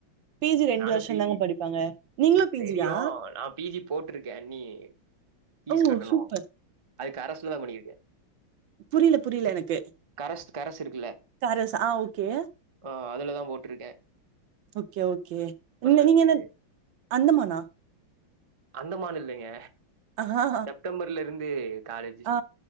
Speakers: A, on the right (about 70°); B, on the right (about 25°).
A: பிஜி
B: நானு
A: வருஷம்
B: பீ
A: தாங்க
B: ஜி
A: படிப்பாங்க. நீங்களும்
B: அது
A: பிஜியா?
B: தெரியு நா பீ ஜி போட்டிருக்கே அண்ணி ஃபீஸ்
A: ஓ!
B: கட்டணு
A: சூப்பர்.
B: அதுக்கு கரசுல தா பண்ணியிருக்கே
A: புரியில புரியில எனக்கு
B: கரஸ் கரசு இருக்குல்ல
A: காரஸ் ஆ ஓகே.
B: ஆ அதுல தா போட்டிருக்கே
A: ஓகே ஓகே நீ
B: இருந்து
A: நீங்க என்ன அந்தமான்னா
B: அந்தமான்னு இல்லைங்க
A: ஆஹா!
B: செப்டம்பர்ல இருந்து காலேஜ்
A: ஆ